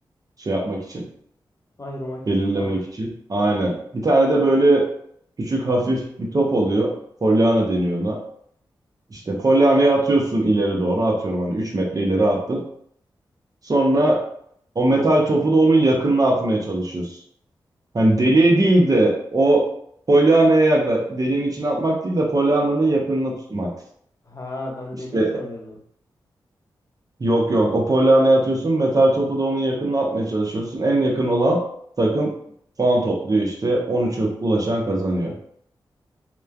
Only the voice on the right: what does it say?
şey yapmak için,
belirlemek
için. Aynen. Bir tane de böyle küçük hafif bir top oluyor. Pollyanna deniyor ona. İşte polyanayı atıyorsun ileri doğru. Atıyorum hani 3 metre ileri attın. Sonra o metal topu da onun yakınına atmaya çalışıyorsun. Hani deliğe değil de o polyanaya yakla deliğin içine atmak değil de polyananın yakınına tutmak.
İşte
Yok yok. O polyaneye atıyorsun. Metal topu da onun yakınına atmaya çalışıyorsun. En yakın olan takım puan topluyor işte. 13'e ulaşan kazanıyor.